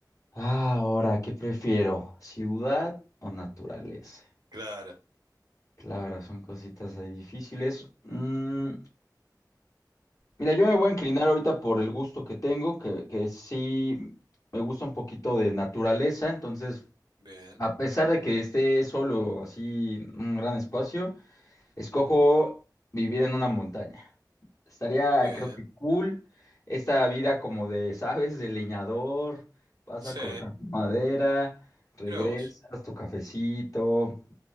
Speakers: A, on the left; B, on the right.
A: Ah, ahora, ¿qué prefiero? ¿Ciudad o naturaleza?
B: claro,
A: Claro, son cositas ahí difíciles. Mm, mira, yo me voy a inclinar ahorita por el gusto que tengo, que, que sí me gusta un poquito de naturaleza, entonces,
B: bien,
A: a pesar de que esté solo así un gran espacio, escojo vivir en una montaña. Estaría,
B: bien.
A: creo que cool esta vida como de, ¿sabes? De leñador, vas
B: Sí,
A: a cortar tu madera, regresas,
B: mira vos.
A: tu cafecito.